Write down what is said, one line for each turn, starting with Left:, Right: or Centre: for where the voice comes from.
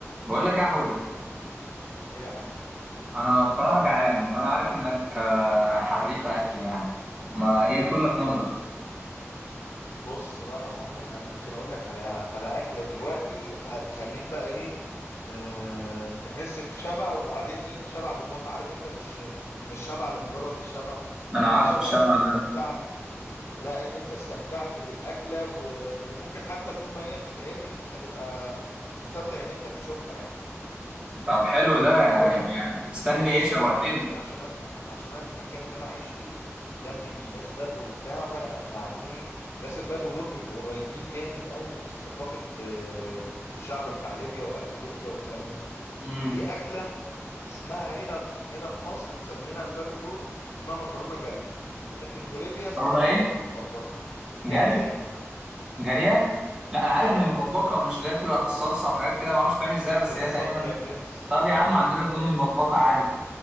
Right: بقول لك إيه يا حودة
Left: ايه يا حبيبي
Right: انا بصراحة جعان وانا عارف انك آه، حريف اكل يعني ما ايه كلك نظر
Left: بص بقى يا معلم انا ممكن اقول لك على على اكله دلوقتي هتخليك بقى ايه أه تحس بشبع وبعدين ايه شبع بمتعه عارف انت مش مش شبع لمجرد الشبع
Right: انا
Left: يعني
Right: عارفه
Left: شبع
Right: الشبع
Left: ان انت استمتعت
Right: ده
Left: لا ان انت استمتعت بالاكله و- وممكن حتى طول ما هي بتتعمل انت هتبقى مستمتع ان انت بتشوفها يعني
Right: طب حلو ده يعني
Left: هقول لك انا
Right: استني
Left: بص
Right: ايه شوقتني
Left: بقى انا ايه عشان انا عشان انا المكان اللي انا عايش فيه جنبي ناس بدو وبتاع فانا يعني ايه ناس البدو دول بيبقوا قريبين جامد قوي من ثقافة آه، الشعب بتاع ليبيا واكل ليبيا والكلام ده
Right: امم
Left: ففي اكلة اسمها هنا هنا في مصر مسميينها البدو دول اسمها مكرونة جارية لكن في ليبيا اسمها
Right: مكرونة
Left: مكرونة
Right: ايه
Left: مبكبكة جارية
Right: جري جارية لا انا عارف
Left: اه
Right: المبكبكة مش اللي هي بتبقى في الصلصة وحاجات كده ما اعرفش بتعمل ازاي
Left: بالظبط
Right: بس هي تقريبا
Left: يا برنس
Right: طب يا عم
Left: الله
Right: عندنا
Left: ي... الله
Right: بنقول
Left: يفتح
Right: مبكبكة عادي